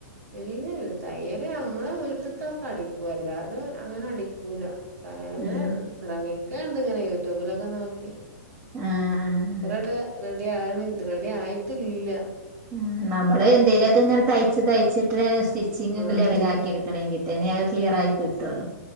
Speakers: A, on the right; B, on the right.
A: ഏയ് തയ്യല് അമ്മള് വീട്ടിത്തൊക്കെ അടിക്കും അല്ലാതെ അങ്ങനെ അടിക്കൂല അങ്ങനെ
B: ഉം
A: ശ്രമിക്കണ്ട് ഇങ്ങനെ യൂട്യൂബിലൊക്കെ നോക്കി
B: ആഹ് ആഹ്
A: ഇതുവരെ റെഡിയായിരു റെഡി ആയിട്ടില്ല
B: ഉം നമ്മള് എന്തേലു ഒക്കെ ഇങ്ങനെ തയ്ച്ച് തയ്ച്ചിട്ട് സ്റ്റിച്ചിങ്ങ്
A: ആഹ്
B: ഒക്കെ ലെവലാക്കി എടുക്കണം വക്കണെങ്കി തന്നെ അത് ക്ലിയറായി കിട്ടോള്ളൂ